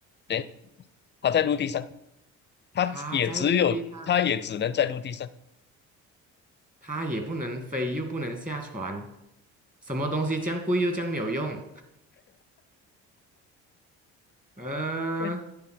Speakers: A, on the left; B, on the right.
A: 对，它在陆地上，它也只有它也只能在陆地上，
B: 它在陆地上，它也不能飞，又不能下船，什么东西这样贵又这样没有用？嗯、
A: <laughs>